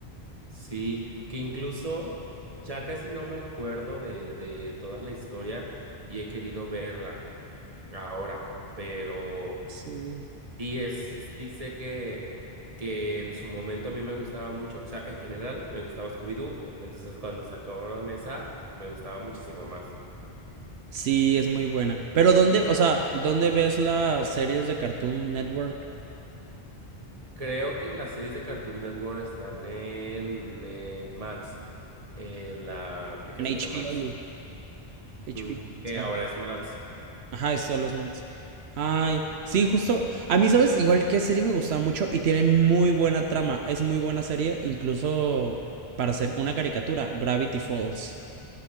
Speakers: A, on the right; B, on the right.
A: Sí, que incluso ya casi no me acuerdo de, de toda la historia y he querido verla ahora, pero
B: Sí.
A: sí es, sí sé que, que en su momento a mí me gustaba mucho, o sea, en general me gustaba Scooby-Doo, entonces cuando sacaron esa me gustaba muchísimo más.
B: Sí, es muy buena. Pero ¿dónde, o sea, dónde ves las series de Cartoon Network?
A: Creo que las series de Cartoon Network están en, en Max, en la aplicación
B: En HBO.
A: de Max, ujú,
B: HBO Max.
A: que
B: ah.
A: ahora es Max.
B: Ajá, es solo es Max. Ay, sí, justo. A mí, ¿sabes? Igual que serie me gusta mucho y tiene muy buena trama. Es muy buena serie, incluso para hacer una caricatura, Gravity Falls.